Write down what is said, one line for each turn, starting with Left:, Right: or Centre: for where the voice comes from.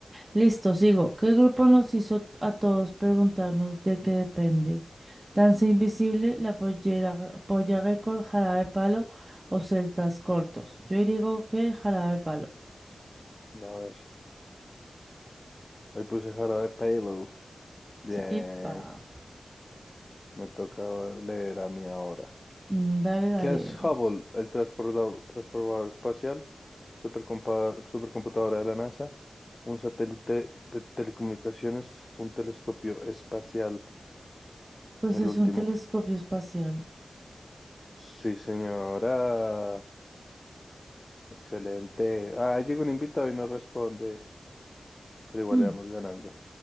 Right: Listo, sigo. ¿Qué grupo nos hizo a todos preguntarnos de qué depende? Danza Invisible, La Pollera, Polla Récord, Jarabe de Palo o Celtas Cortos. Yo digo que Jarabe de Palo.
Left: a ver, ahí puse jarabe payload, bien,
Right: Sí, pa.
Left: me toca leer a mí ahora.
Right: Mm, Dale, dale.
Left: ¿Qué es Hubble, el transportador, transportador espacial, supercompa- supercomputadora de la NASA, un satélite de telecomunicaciones, un telescopio espacial?
Right: Pues
Left: El
Right: es
Left: último.
Right: un telescopio espacial.
Left: Sí, señora. Excelente. Ah, llegó un invitado y no responde, pero igual
Right: Mm,
Left: le vamos
Right: <laughs>
Left: ganando.